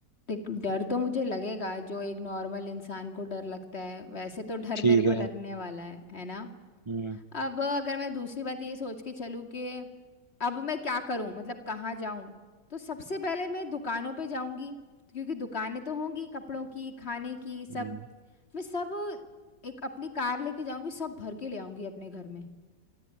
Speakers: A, on the left (about 40°); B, on the right (about 30°).
A: देख डर तो मुझे लगेगा जो एक नॉर्मल इंसान को डर लगता है वैसे तो डर
B: ठीक
A: मेरे को
B: है
A: लगने वाला है है ना
B: हम्म
A: अब अगर मैं दूसरी बात ये सोच के चलूँ कि अब मैं क्या करूं मतलब कहाँ जाऊं तो सबसे पहले मैं दुकानों पे जाऊंगी क्योंकि दुकानें तो होंगी कपड़ों की खाने की सब
B: हम्म।
A: मैं सब एक अपनी कार लेके जाऊंगी सब भर के ले आऊंगी अपने घर में